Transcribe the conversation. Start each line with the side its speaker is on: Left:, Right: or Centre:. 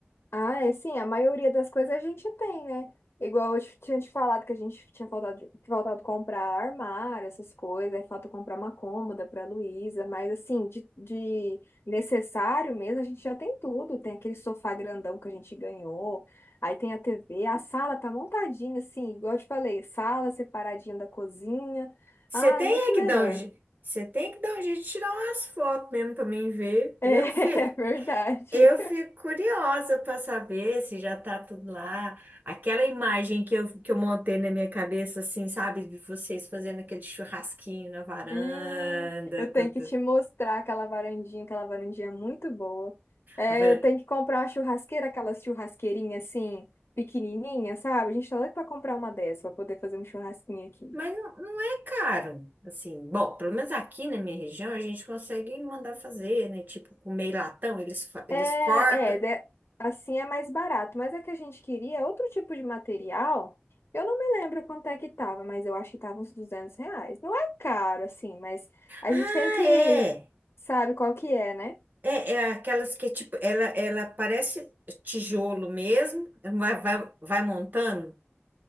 Left: Ah, é sim, a maioria das coisas a gente tem, né? Igual eu te- tinha te falado que a gente tinha faltado, faltado comprar armário, essas coisas, aí falta comprar uma cômoda para Luísa, mas assim, de, de necessário mesmo, a gente já tem tudo. Tem aquele sofá grandão que a gente ganhou, aí tem a TV, a sala tá montadinha, assim, igual eu te falei, sala separadinha da cozinha.
Right: Você
Left: Ah,
Right: tem
Left: é muito
Right: é que
Left: melhor.
Right: dar um, je-
Left: <laughs>
Right: você tem que dar um jeito de tirar umas fotos mesmo pra mim ver. Eu
Left: É,
Right: fico,
Left: verdade.
Right: eu fico curiosa pra saber se já tá tudo lá. Aquela imagem que eu, que eu montei na minha cabeça, assim, sabe? De vocês fazendo aquele churrasquinho na varanda.
Left: Hum, eu tenho
Right: com
Left: que
Right: tu-
Left: te mostrar aquela varandinha, aquela varandinha é muito boa. É,
Right: a varanda.
Left: eu tenho que comprar uma churrasqueira, aquela churrasqueirinha assim, pequenininha, sabe? A gente tá doido pra comprar uma dessa, pra poder fazer um churrasquinho aqui.
Right: Mas não, não é caro, assim. Bom, pelo menos aqui na minha região a gente consegue mandar fazer, né? Tipo, com meio latão, eles, fa- eles
Left: É,
Right: cortam.
Left: é, de- assim é mais barato, mas é que a gente queria outro tipo de material. Eu não me lembro quanto é que tava, mas eu acho que tava uns 200 reais. Não é caro, assim, mas a
Right: Ah,
Left: gente tem que,
Right: é.
Left: sabe qual que é, né?
Right: É, é aquelas que, tipo, ela, ela parece tijolo mesmo, vai, vai, vai montando.